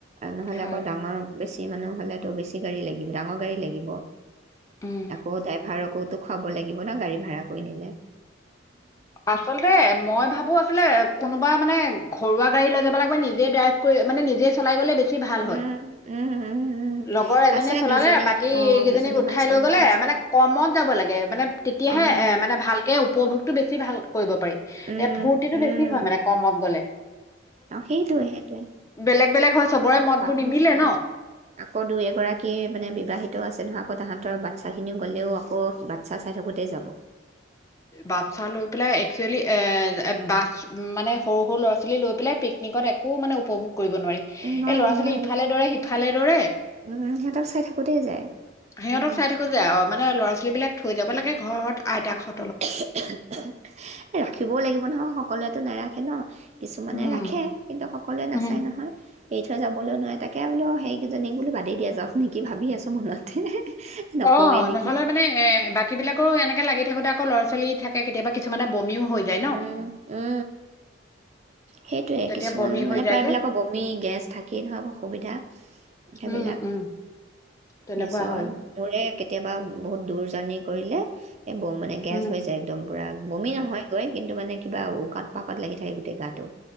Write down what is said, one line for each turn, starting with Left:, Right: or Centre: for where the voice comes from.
Right: নহলে
Left: হয়
Right: আকৌ ডাঙৰ বেছি বেছি মানুহ হলে বেছি গাড়ী লাগিব ডাঙৰ গাড়ী লাগিব
Left: উম
Right: আকৌ তাই ভাৰকৌতো খুৱাব লাগিব না গাড়ী ভাড়া কৰি নিলে
Left: আচলতে মই ভাবো আছিলে কোনোবা মানে ঘৰুৱা় লৈ যাব লাগিব নিজে ড্ৰাইভ কৰি মানে নিজে চলাই গ'লে বে বেছি ভাল
Right: উম,
Left: হয়
Right: উম, উম, উম,
Left: লগৰ এজনীয়ে
Right: আছে
Left: চলালে
Right: দুজনী
Left: বাকী
Right: অ',
Left: কেইজনীক
Right: দুজনীমান
Left: উঠাই
Right: চলোৱা
Left: লৈ গলে
Right: আছে।
Left: মানে কমত যাব লাগে মানে তেতিয়াহে
Right: অ',
Left: এ মানে ভালকে উপভোগতটো বেছি ভাল কৰিব পাৰি
Right: উম,
Left: এ ফুৰ্তিটো
Right: উম,
Left: বেছি হয় মানে কমত কলে
Right: অ সেইটোৱে সেইটোৱে
Left: বেলেগ বেলেগ হয় চবৰে মতবোৰ
Right: অ
Left: নিমিলে
Right: চাম
Left: ন
Right: আকৌ দুই এগৰাকী মানে বিবাহিত আছে নহয় আকৌ তাহাঁত বাচ্ছাখিনিও গ'লেও আকৌ বাচ্ছা চাই থাকোঁতেই যাব
Left: বাচ্ছা লৈ পেলাই একচুৱেলি এ বাচ উম মানে সৰু সৰু ল'ৰা ছোৱালী লৈ পেলাই পিক নিগত একো মানে উপভোগ কৰিব নোৱাৰি
Right: নোৱাৰি
Left: এই ল'ৰা ছোৱালী
Right: নোৱাৰি
Left: ইফালে দৰে সি ভালে দৰে
Right: উম, সিহঁতক চাই থাকোঁতেই যায়।
Left: সিহঁতক
Right: উম।
Left: চাই থাকো যে অ মানে ল'ৰা ছোৱালী বিলাক থৈ যাব লাগে ঘৰত আইতাখন
Right: ৰাখিবও লাগিব নহয় সকলোৱে টো নাৰাখে ন কিছুমানে
Left: উম,
Right: ৰাখে কিন্তু সকলোৱে নাচায়
Left: উম।
Right: নহয় এৰি থৈ যাবলৈ নোৱাৰে তাকে বোলো সেইকেইজনী বোলো বাদে দিয়া যাওক নেকি ভাবি আছো মনতে নকওঁৱেই
Left: অ
Right: নেকি
Left: নহলে মানে এ বাকী বিলাকৰ এনেকে লাগি থাকোতে আকৌ লৰা ছোৱালী চলি থাকে কেতিয়াবা কিছুমানে বমিও হৈ যায় ন।
Right: এ এ এ সেইটোৱে
Left: তেতিয়া
Right: কিছুমান
Left: বমি
Right: মানে
Left: হৈ যায়
Right: প্ৰায়বিলাকৰ
Left: যে
Right: বমি গেছ থাকিয়েই ধৰক অসুবিধা সেইবিলাক
Left: উম, উম, তেনেকুৱা
Right: গেছৰ
Left: হয়।
Right: মৰে কেতিয়াবা বহুত দূৰ জাৰ্ণি কৰিলে এই বোৰ মানে গেছ
Left: উম।
Right: হৈ যায় একদম পূৰা বমি নহয় লৈ কিন্তু মানে কিবা উকত পাকত লাগি থাকে গোটেই গাটো